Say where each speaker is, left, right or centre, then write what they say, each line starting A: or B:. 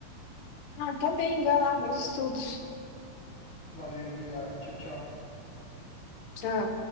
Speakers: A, on the left; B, on the left.
A: Ah, tá bem, vai lá, bons estudos.
B: Valeu, obrigado. Tchau, tchau.
A: Tchau.